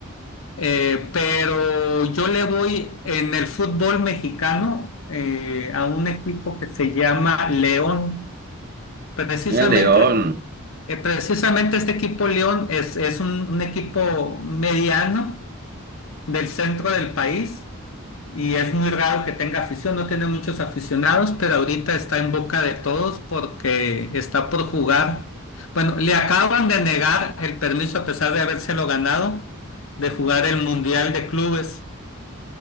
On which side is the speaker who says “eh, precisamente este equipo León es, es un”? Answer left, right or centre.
Left